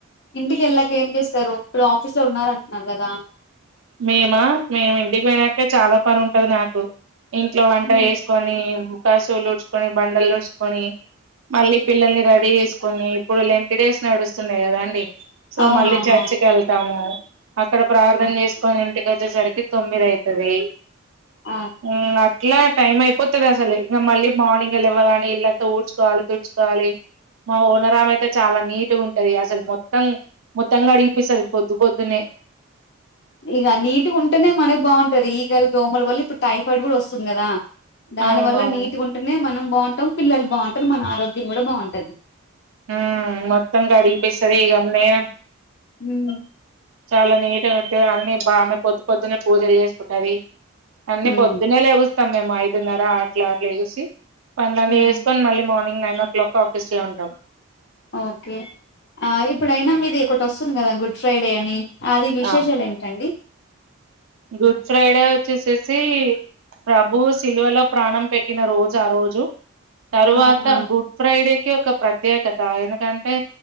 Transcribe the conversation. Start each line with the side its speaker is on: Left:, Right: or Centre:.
Left: ఇంటికి ఏళ్ళాక ఏం చేస్తారు ఇపుడు ఆఫీస్ లో ఎవరో ఉన్నార్ అంటున్నారు కదా.
Right: మేమా మేము ఇంటికి పోయినాకే చాలా పని ఉంటది నాకు. ఇంట్లో వంట
Left: హ్మ్.
Right: చేసుకొనీ. కశువులు ఊడ్చుకొని బండలు ఊడ్చుకొనీ, మళ్ళీ పిల్లల్ని రెడీ చేసుకొనీ, ఇప్పుడు లెంటి డేస్ నడుస్తున్నాయి గదా అండి. సో
Left: అవునవునవును
Right: మళ్ళీ చర్చికెళ్తామూ. అక్కడ ప్రార్థన
Left: ఆ
Right: చేస్ ఇంటికొచ్చేసరికి తొమ్మిది అయితదీ.
Left: ఆ!
Right: ఊ అట్ ఇలా టైమ్ అయిపోతది అసలు ఇగ మళ్ళీ మార్నింగే లెవ్వగానే ఇల్లంత ఊడ్చుకోవాలి తుడ్చుకోవాలీ. మా ఓనరామయితే చాలా నీట్గ ఉంటదీ అసలు మొత్తం మొత్తం కడిగిపిస్తది పొద్దు పొద్దునే.
Left: ఇగా నీట్గ ఉంటనే మనకు బాగుంటది ఈగల్ దోమల్ వల్ల ఇప్పుడు టైఫాయిడ్ గూడ వస్తుంది గదా. దాని
Right: అవునవును
Left: వల్ల నీట్గ ఉంటనే మనం. బావుంటం పిల్లలు బావుంటరు మన ఆరోగ్యం గూడ బావుంటది.
Right: ఆ మొత్తం కడిగి పిస్తది ఇగ నేనా
Left: హ్మ
Right: చాలా నీట్గ్ గా అన్ని బామె పొద్తు పొద్దునే పూజల్ చేసుకుంటదీ. అన్నీ
Left: మ్మ్
Right: పొద్దున్నే లెగుస్తం మేమయిత్ తిన్నారా అట్లా అట్ల చేసి పనలన్నీ చేసుకొన్
Left: మ్మ్
Right: మళ్ళీ morning nine o'clock office లో ఉంటం.
Left: ఓకే ఆ ఇప్పుడయినా మీది ఒకటొస్తుంది కదా గుడ్ ఫ్రైడే అనీ. ఆది విశేషాల్
Right: ఆ
Left: ఏంటండి.
Right: గుడ్ ఫ్రైడే వచ్చేసేసీ, ప్రభు సిల్వలో ప్రాణం పెట్టిన రోజు ఆ రోజు. తరువాత
Left: అవునా
Right: గుడ్ ఫ్రైడేకి ఒక ప్రత్యేకత్ తా ఎందుకంటే.